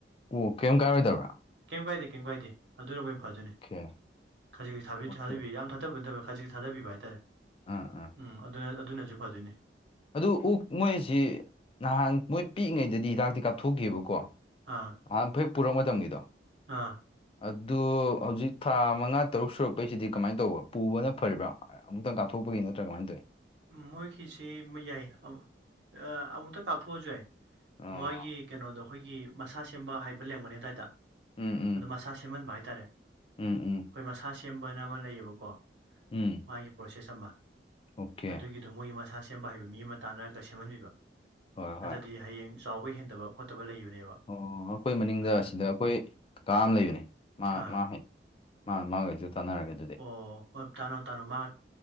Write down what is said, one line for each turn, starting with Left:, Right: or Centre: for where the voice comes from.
Left: ꯑꯣ ꯀꯔꯤꯝ ꯀꯥꯏꯔꯣꯏꯗꯕ꯭ꯔꯥ
Right: ꯀꯩꯝ ꯀꯥꯏꯗꯦ ꯀꯩꯝ ꯀꯥꯏꯗꯦ ꯑꯗꯨꯅꯕꯨ ꯐꯥꯗꯣꯏꯅꯦ
Left: ꯑꯣꯀꯦ
Right: ꯈꯖꯤꯛ ꯈꯖꯤꯛ ꯊꯕꯤ
Left: ꯑꯣꯀꯦ
Right: ꯊꯗꯕꯤꯎ
Left: ꯑꯣꯀꯦ
Right: ꯌꯥꯝ ꯊꯥꯗꯕ ꯅꯠꯇꯕ ꯈꯖꯤꯛꯇ ꯊꯥꯗꯕꯤꯕ ꯍꯥꯏꯇꯥꯔꯦ
Left: ꯎꯝ ꯎꯝ
Right: ꯎꯝ ꯑꯗꯨꯅ ꯑꯗꯨꯅꯁꯨ ꯐꯗꯣꯏꯅꯤ
Left: ꯑꯗꯨ ꯑꯣꯛ ꯃꯣꯏ ꯑꯁꯤ ꯅꯍꯥꯟ ꯃꯣꯏ ꯄꯤꯛꯏꯉꯩꯗꯗꯤ ꯍꯤꯗꯥꯛꯇꯤ ꯀꯥꯞꯊꯣꯛꯈꯤꯌꯦꯕꯀꯣ
Right: ꯑꯥ
Left: ꯅꯍꯟ ꯐꯦꯛ ꯄꯨꯔꯛ ꯃꯇꯝꯒꯤꯗꯣ
Right: ꯑꯥ
Left: ꯑꯗꯨ ꯍꯧꯖꯤꯛ ꯊꯥ ꯃꯉꯥ ꯇꯔꯨꯛ ꯁꯨꯔꯛꯄꯩꯁꯤꯗꯤ ꯀꯃꯥꯏꯅ ꯇꯧꯕ ꯄꯨꯕꯅ ꯐꯔꯤꯕꯥ ꯑꯃꯨꯛꯇꯪ ꯀꯥꯊꯣꯛꯄꯒꯤ ꯅꯠꯇ꯭ꯔꯥ ꯀꯃꯥꯏꯅ ꯇꯧꯏ
Right: ꯃꯣꯏꯒꯤꯁꯤ ꯃꯌꯥꯏ ꯑ ꯑꯥ ꯑꯃꯨꯛꯇꯪ ꯀꯥꯞꯊꯣꯛꯑꯁꯨ ꯌꯥꯏ
Left: ꯑꯣ
Right: ꯃꯣꯏꯒꯤ ꯀꯩꯅꯣꯗꯣ ꯑꯈꯣꯏꯒꯤ ꯃꯁꯥ ꯁꯦꯝꯕ ꯍꯥꯏꯕ ꯂꯩꯔꯝꯒꯅꯤ ꯑꯗꯥꯏꯗ,
Left: ꯎꯝ ꯎꯝ
Right: ꯑꯗꯣ ꯃꯁꯥ ꯁꯦꯝꯍꯟꯕ ꯍꯥꯏꯇꯥꯔꯦ
Left: ꯎꯝ ꯎꯝ
Right: ꯑꯩꯈꯣꯏ ꯃꯁꯥ ꯁꯦꯝꯕꯅ ꯑꯃ ꯂꯩꯌꯦꯕꯀꯣ
Left: ꯎꯝ
Right: ꯃꯥꯒꯤ ꯄ꯭ꯔꯣꯁꯦꯁ ꯑꯃ
Left: ꯑꯣꯀꯦ
Right: ꯑꯗꯨꯒꯤꯗꯣ ꯃꯣꯏꯒꯤ ꯃꯁꯥ ꯁꯦꯝꯕ ꯍꯩꯕ ꯃꯤ ꯑꯃ ꯇꯥꯟꯅꯔꯒ ꯁꯦꯝꯍꯟꯕꯤꯕ
Left: ꯍꯣꯏ
Right: ꯅꯠꯇ꯭ꯔꯗꯤ
Left: ꯍꯣꯏ
Right: ꯍꯌꯦꯡ ꯆꯥꯎꯕ ꯍꯦꯟꯗꯕ ꯈꯣꯠꯇꯕ ꯂꯩꯕꯅꯦꯕ
Left: ꯑꯣ ꯑꯈꯣꯏ ꯃꯅꯤꯡꯗ
Right: ꯑꯗꯨꯅ
Left: ꯁꯤꯗ ꯑꯈꯣꯏ ꯀꯥꯀꯥ ꯑꯃ ꯂꯩꯕꯅꯦ ꯃꯥ,
Right: ꯑꯥ
Left: ꯃꯥ ꯍꯪ ꯃꯥ ꯃꯥꯒ ꯑꯣꯏꯁꯨ ꯇꯥꯟꯅꯔꯒꯦ
Right: ꯑꯣ ꯍꯣꯏ ꯇꯥꯅꯧ ꯇꯥꯅꯧ ꯃꯥ